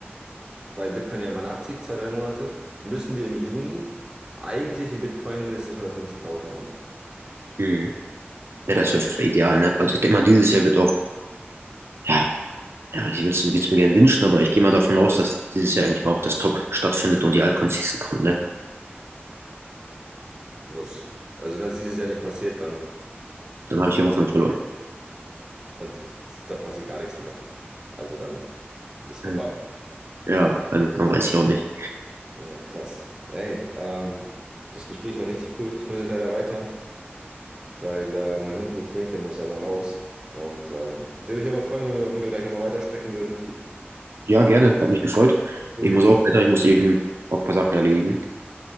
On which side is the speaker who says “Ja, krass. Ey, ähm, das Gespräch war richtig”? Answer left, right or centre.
Right